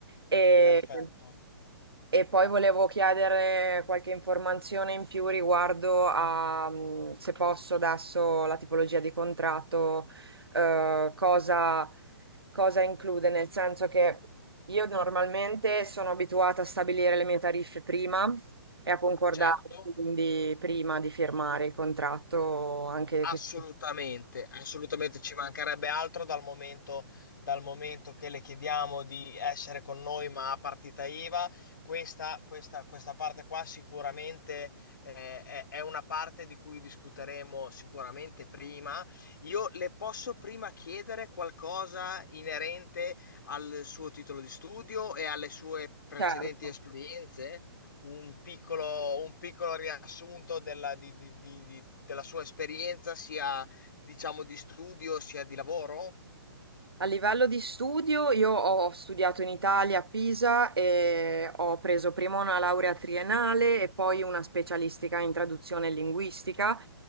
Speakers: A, on the right; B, on the left.
A: E,
B: Perfetto.
A: E poi volevo chiedere qualche informazione in più riguardo a, mh, se posso adesso, la tipologia di contratto, eh, cosa, cosa include, nel senso che io normalmente sono abituata a stabilire le mie tariffe prima e a concordarle,
B: Certo.
A: quindi prima di firmare il contratto, anche che...
B: Assolutamente, assolutamente ci mancherebbe altro dal momento, dal momento che le chiediamo di essere con noi ma a partita IVA, questa, questa- questa parte qua sicuramente eh, è, è una parte di cui discuteremo sicuramente prima. Io le posso prima chiedere qualcosa inerente al suo titolo di studio e alle sue precedenti
A: Certo.
B: esperienze? un piccolo, un piccolo riassunto della, di- di- di- di- della sua esperienza, sia diciamo di studio, sia di lavoro?
A: A livello di studio, io ho studiato in Italia a Pisa e ho preso prima una laurea triennale e poi una specialistica in traduzione e linguistica